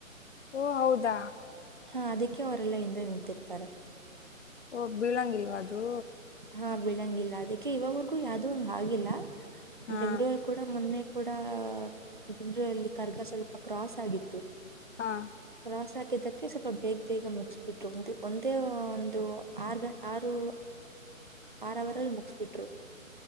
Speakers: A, on the left (about 55°); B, on the right (about 40°).
A: ಓ ಹೌದಾ
B: ಹಾ ಅದಕ್ಕೆ ಅವರೆಲ್ಲ ಹಿಂದೆ ನಿಂತಿರ್ತಾರೆ
A: ಓ ಬೀಳಂಗಿಲ್ವಾ ಅದು
B: ಹಾ ಬಿಳಂಗಿಲ್ಲ ಅದಕ್ಕೆ ಇವಾಗವರ್ಗೂ ಯಾವ್ದೂ ಹಂಗ್ ಆಗಿಲ್ಲ
A: ಹಾ
B: ಬೆಂಗ್ಳೂರ್ ಕೂಡ ಮೊನ್ನೆ ಕೂಡ <unintelligible> ಸ್ವಲ್ಪ ಕ್ರಾಸ್ ಆಗಿತ್ತು
A: ಹಾ
B: ಕ್ರಾಸ್ ಹಾಕಿದ್ದಕ್ಕೆ ಸ್ವಲ್ಪ ಬೇಗ ಬೇಗ ಮುಗ ಬಿಟ್ಟರು ಒ ಒಂದೇ ಒಂದು ಆರು ಗಂ ಆರು ಆರವರಲ್ಲಿ ಮುಗಿಸಬಿಟ್ರು